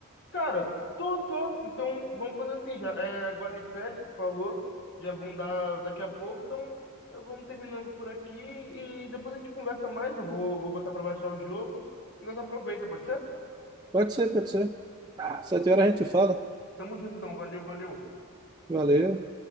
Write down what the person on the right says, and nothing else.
Pode ser, pode ser. Sete horas a gente fala.
Valeu.